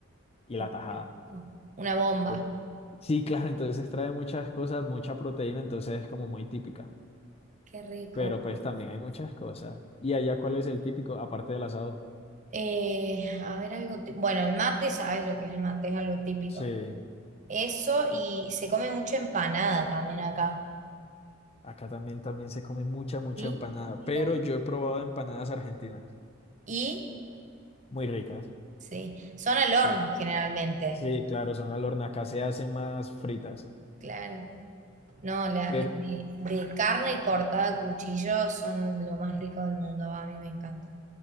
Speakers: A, on the left (about 30°); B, on the right (about 40°).
A: y
B: Oh,
A: la tajada.
B: qué rico. Una bomba.
A: Entonces, Sí, claro, entonces trae muchas cosas, mucha proteína, entonces es como muy típica.
B: Qué rico.
A: Pero pues también hay muchas cosas. ¿Y allá cuál es el típico, aparte del asado?
B: Eh, a ver, algo. ti- Bueno, el mate, sabes lo que es el mate, es algo típico.
A: Sí.
B: Eso, y se come mucha empanada también acá.
A: Acá también, también se come mucha, mucha
B: ¿Y?
A: empanada, pero
B: Mira.
A: yo he probado empanadas argentinas,
B: Y,
A: muy ricas.
B: sí, son al
A: Sí,
B: horno generalmente.
A: sí, claro, son al horno, acá se hacen más fritas.
B: Claro. No, las
A: Pero
B: de, de carne cortada a cuchillo son lo más rico del mundo, a mí me encantan.